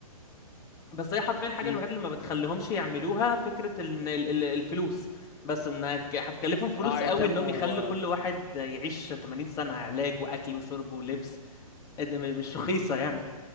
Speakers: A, on the left; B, on the left.
A: بس هي حرفيا الحاجة
B: ايه
A: الوحيدة اللي ما بتخليهمش يعملوها فكرة إن ال- ال- الفلوس بس ان هتك- هتكلفهم فلوس
B: اه يتم
A: قوي انهم
B: و...
A: يخلوا كل واحد يعيش 80 سنة علاج واكل وشرب ولبس إيه ده م- مش رخيصة يعني